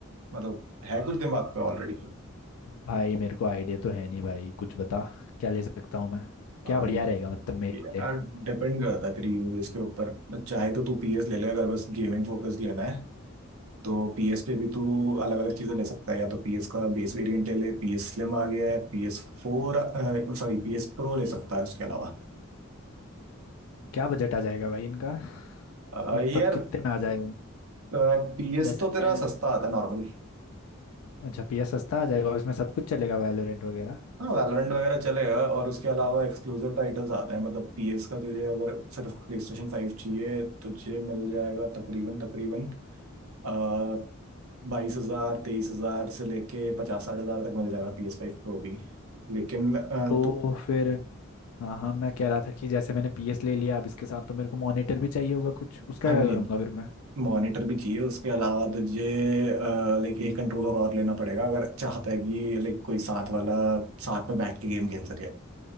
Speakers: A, on the right; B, on the left.
A: मतलब है कुछ दिमाग पे ऑलरेडी
B: भाई मेरे को आइडिया तो है नहीं भाई कुछ बता क्या ले सकता हूँ मैं
A: हाँ
B: क्या बढ़िया रहेगा मतलब मेरे
A: यार
B: लिए
A: डिपेंड करता है तेरी यूज के ऊपर चाहे तो तू पीएस ले ले अगर बस गेमिंग फोकस लेना है तो पीएस पे भी तू अलग अलग चीजें ले सकता है या तो पीएस का बेस वेरिएंट ले ले पीएस स्लिम आ गया है PS four sorry PS pro ले सकता है उसके अलावा
B: क्या बजट आ जाएगा भाई इनका
A: अ,
B: मतलब
A: यार
B: कितने में आ जाएगा
A: पीएस
B: जैसे
A: तो तेरा
B: मैं
A: सस्ता आता है नॉर्मल
B: अच्छा पीएस सस्ता आ जाएगा और इसमें सब कुछ चलेगा वैलोरेंट वगैरह
A: हाँ वैलोरेंट वगैरह चलेगा और उसके अलावा एक्सक्लूसिव टाइटल्स आते हैं मतलब पीएस का तुझे अगर सिर्फ प्ले स्टेशन फाइव चाहिए तुझे मिल जाएगा तकरीबन तकरीबन uh, बाईस हजार तेईस हजार से लेके पचास साठ हजार तक मिल जाएगा पीएस फाइव प्रो भी लेकिन अ,
B: तो
A: तो
B: फिर हाँ हाँ मैं कह रहा था कि जैसे मैंने पीएस ले लिया अब इसके साथ तो मेरे को मॉनिटर भी चाहिए होगा कुछ उसका
A: हाँ
B: क्या
A: जी
B: करूँगा फिर मैं
A: मॉनिटर भी चाहिए उसके अलावा तुझे लाइक एक कंट्रोलर और लेना पड़ेगा अगर चाहता है कि लाइक कोई साथ वाला साथ में बैठ के गेम खेल सके